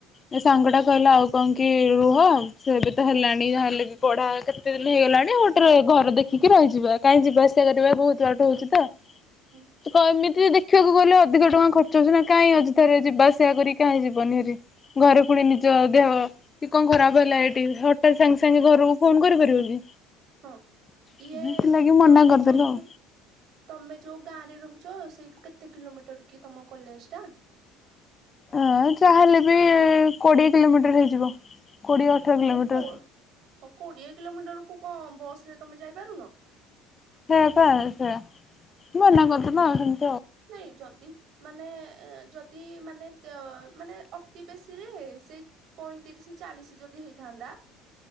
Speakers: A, on the left; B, on the right.
A: ଏ ସାଙ୍ଗଟା କହିଲା ଆଉ କଣ କି ରୁହ ସେ ବି ତ ହେଲାଣି ଯାହେଲେ ବି ପଢା କେତେ ଦିନି ହେଇଗଲା ଲାଣି ଆଉ ଗୋଟେ ଘର ଦେଖିକି ରହିଯିବା କାଇଁ ଯିବା ଆସି ସିବା କରିବା
B: ହୁଁ
A: ବୋହୁତ ବାଟ ହୋଉଛି ତ
B: ହୁଁ
A: ତୁ କ ଏମିତିରେ ଦେଖିବାକୁ ଗଲେ ଅଧିକ ଟଙ୍କା ଖର୍ ର୍ଚ୍ଚ ହୋଉଚି ତ କାଇଁ ଅଯଥାରେ ଯିବା ଆସିବା କରିକି କାଇଁ ଯିବନି ଭାରି ଘରେ ପୁଣି ନିଜ
B: ହୁଁ ହୁଁ
A: ଦେହ କି କଣ ଖରାପ ହେଲା ଏଇଟି ହଠାତ୍ ସାଙ୍ଗେ ସାଙ୍ଗେ ଘରକୁ ଫୋନ କରିପାରିବ କି।
B: ହଁ ଇଏ
A: ସେଥିଲାଗି ମନା
B: ତମେ
A: କରିଦେଲୁ
B: ଯୋଉଠୁ
A: ଆଉ।
B: ତମେ ଯୋଉ ଗାଁରେ ରହୁ ଚ ସେଇଠୁ କେତେ କିଲୋମିଟର୍ କି ତମ କଲେଜ। ଟା?
A: ଅଁ ଯାହେଲେ ବି କୋଡିଏ କିଲୋମିଟର ହେଇଯିବ। କୋଡ଼ିଏ ଅଠର କିଲୋମିଟର
B: ଆଉ କୋ-ହୋଉ କୋଡିଏ କିଲୋମିଟର କୁ କୁ ବସରେ ତମେ ଯାଇପାରୁନ?
A: ସେଇୟା ପା ସେଇୟା ନା ନା <unintelligible>
B: ନାଇଁ ଯଦି ମାନେ ଏ-ଯଦି ମାନେ ତ୍ୟ ମାନେ ଅତି ବେଶୀରେ ସେଇ ପଇଁତିରିଶି ଚାଳିଶି ଯଦି ହେଇଥାନ୍ତା